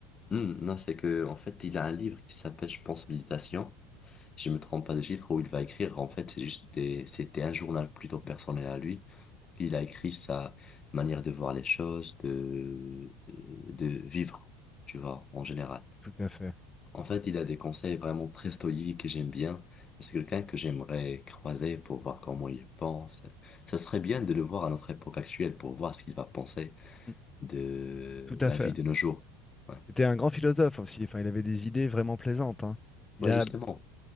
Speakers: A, on the left (about 30°); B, on the left (about 15°).
A: Hmm, non, c'est que, en fait, il a un livre qui s'appelle, je pense, Méditation. Je me trompe pas de titre où il va écrire. En fait, c'est juste des, c'était un journal plutôt personnel à lui. Il a écrit sa manière de voir les choses, de, euh, de vivre, tu vois, en général.
B: Tout à fait.
A: En fait, il a des conseils vraiment très stoïques et j'aime bien. C'est quelqu'un que j'aimerais croiser pour voir comment il pense. Ça serait bien de le voir à notre époque actuelle pour voir ce qu'il va penser
B: Mm.
A: de
B: Tout à
A: la
B: fait.
A: vie de nos jours. Ouais.
B: C'était un grand philosophe aussi. Enfin, il avait des idées vraiment plaisantes. hein. Il
A: Ouais,
B: a,
A: justement.